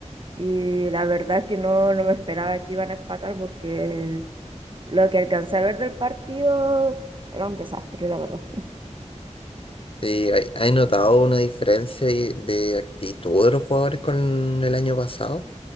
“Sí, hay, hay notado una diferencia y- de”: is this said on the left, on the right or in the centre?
Left